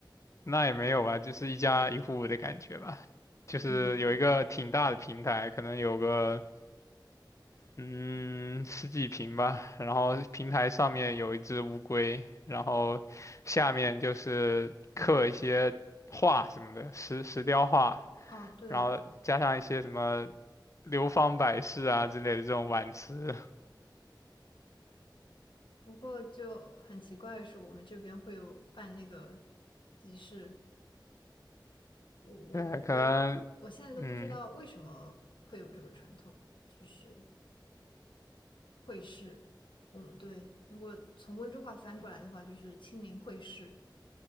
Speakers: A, on the left; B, on the left.
A: 那也没有吧，就是一家一户的感觉吧，就是有一个挺大的平台，
B: 嗯，
A: 可能有个嗯十几平吧，然后平台上面有一只乌龟，然后下面就是刻一些画什么的，石石雕画，
B: 哦，对，
A: 然后加上一些什么流芳百世啊之类的这种挽词，
B: 不过就很奇怪的是，我们这边会有办那个集市，我我我我现在都不知道为什么会有这个传统，
A: <laughs> 对，可能嗯
B: 就是会试。我们对，如果从温州话翻过来的话，就是清明会试，